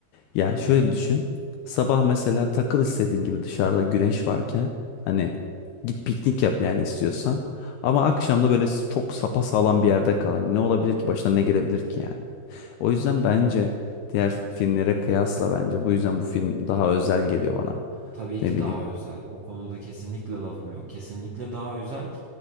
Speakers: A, on the left (about 80°); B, on the right (about 85°).
A: Ya şöyle düşün. Sabah mesela takıl istediğin gibi dışarıda güneş varken hani git piknik yap yani istiyorsan. Ama akşam da böyle çok sapasağlam bir yerde kal. Hani ne olabilir ki başına ne gelebilir ki yani. O yüzden bence diğer filmlere kıyasla bence bu yüzden bu film daha özel geliyor bana.
B: Tabii
A: Ne
B: ki
A: bileyim.
B: daha özel. O konuda kesinlikle lafım yok. Kesinlikle daha özel.